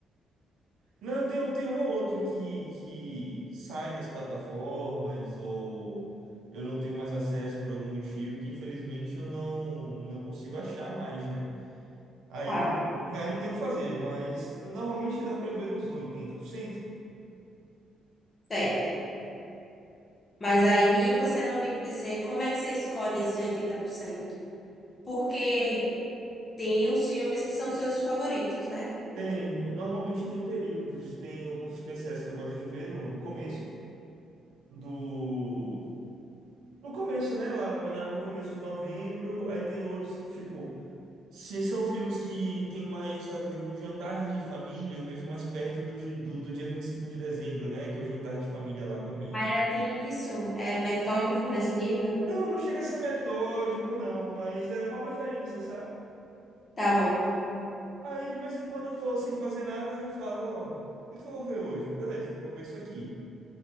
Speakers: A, on the right; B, on the left.
A: Não, eu tenho, tem um ou outro que, que sai nas plataformas ou eu não tenho mais acesso por algum motivo que infelizmente eu não, não consigo achar mais, né? Aí,
B: Tá.
A: não- aí não tem o que fazer, mas normalmente dá pra ver uns oitenta por cento
B: Certo. Mas aí você não fica. Você, como é que você escolhe esses oitenta por cento Porque tem os filmes que são seus favoritos, né?
A: Tem, e normalmente tem períodos, tem alguns especiais que eu gosto de ver no, no começo do. No começo, né? Lá na- no começo de novembro, aí tem outros que, tipo, se são filmes que tem mais a ver com jantar de família, eu vejo mais perto do, gi- do, do dia 25 de dezembro, né? Que é o jantar de família lá com a minha.
B: Ainda tem isso? É metódico nesse nível?
A: Não, não chega a ser metódico, não, mas é uma preferência, sabe?
B: Tá bom.
A: Aí de vez em quando eu tô sem fazer nada, eu falo, ó, o que que eu vou ver hoje? Beleza, vou ver isso aqui.